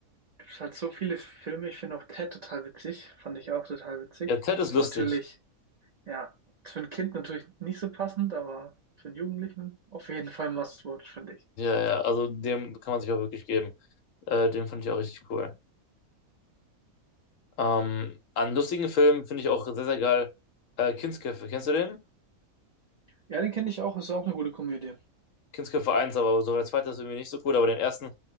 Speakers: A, on the right; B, on the left.
A: gibt es halt so viele Filme. Ich finde auch Ted total witzig. Fand ich auch total witzig.
B: Ja, Ted ist
A: Ist
B: lustig.
A: natürlich, ja, ist für ein Kind natürlich nicht so passend, aber für einen Jugendlichen auf jeden Fall ein Must-Watch, finde ich.
B: Ja, ja, also dem kann man sich auch wirklich geben. Äh, den fand ich auch richtig cool. Ähm, an lustigen Filmen finde ich auch sehr, sehr geil äh, Kindsköpfe. Kennst du den?
A: Ja, den kenne ich auch. Ist auch eine gute Komödie.
B: Kindsköpfe eins, aber so der zweite ist irgendwie nicht so cool, aber den ersten,